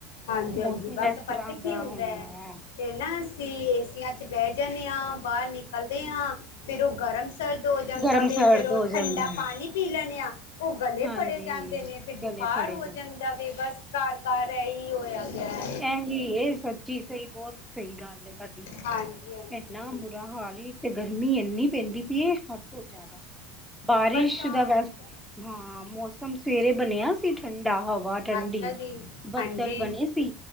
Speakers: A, on the left (about 85°); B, in the centre.
A: ਹਾਂਜੀ-ਹਾਂਜੀ
B: ਮੌਸਮ
A: ਬਸ
B: ਇਸ ਤਰ੍ਹਾਂ
A: ਪਤਾ
B: ਦਾ
A: ਕੀ ਹੁੰਦਾ
B: ਹੈ
A: ਅਤੇ ਨਾ ਅਸੀਂ ਏਸੀਆਂ ਚ' ਬਹਿ ਜਾਂਨੇ ਆਂ। ਬਾਹਰ ਨਿਕਲਦੇ ਹਾਂ, ਫਿਰ ਉਹ ਗਰਮ ਸਰਦ ਹੋ ਜਾਂਦਾ
B: ਗਰਮ
A: ਵੇ
B: ਸਰਦ
A: ' ਫੇਰ ਉਹ
B: ਹੋ ਜਾਂਦਾ
A: ਠੰਡਾ
B: ਹੈ
A: ਪਾਣੀ ਪੀ ਲੈਣੇ ਆ, ਉਹ ਗਲੇ
B: ਹਾਂਜੀ
A: ਫੜੇ ਜਾਂਦੇ ਨੇ, ਫਿਰ
B: ਗਲੇ
A: ਬੁਖਾਰ
B: ਫੜੇ
A: ਹੋ ਜਾਂਦਾ ਵੇ ਬਸ ਤਾਰ -ਤਾਂਰ ਇਹੀ ਹੋਇਆ ਪਿਆ ਹੈ
B: ਐਹੀ ਇਹ ਸੱਚੀ ਸਹੀ ਬਹੁਤ ਸਹੀ ਗੱਲ ਤੁਹਾਡੀ।
A: ਹਾਂਜੀ ਹਾਂਜੀ
B: ਨਾ ਬੁਰਾ ਹਾਲ ਹੀ ਤੇ ਗਰਮੀ ਏਨੀ ਪੈਂਦੀ ਪਈ ਏ ਹਦ ਤੋਂ ਜ਼ਿਆਦਾ। ਬਾਰਿਸ਼
A: ਬਰਸਾਤ
B: ਦਾ ਵੈਸ ਹਾਂ ਮੌਸਮ ਸਵੇਰੇ ਬਣਿਆ ਸੀ ਠੰਡਾ ਹਵਾ ਠੰਡੀ
A: ਅੱਛਾ ਜੀ।
B: ਬੱਦਲ
A: ਹਾਂਜੀ
B: ਬਣੇ ਸੀ,